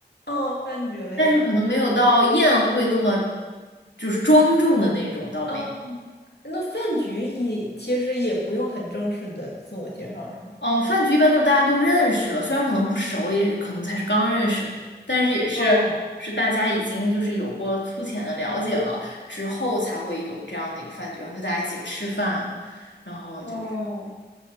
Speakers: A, on the left; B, on the left.
A: 哦，饭局类的。
B: 但是可能没有到宴会那么就是庄重的那种，倒没。
A: 哦，那饭局也其实也不用很正式的自我介绍，是吗？
B: 哦，饭局一般都是大家都认识了，虽然可能不熟，也可能才是刚认识，但是也是是大家已经就是有过粗浅的了解了之后，
A: 哦
B: 才会有这样的一个饭局，然后就大家一起吃饭，然后就是
A: 哦，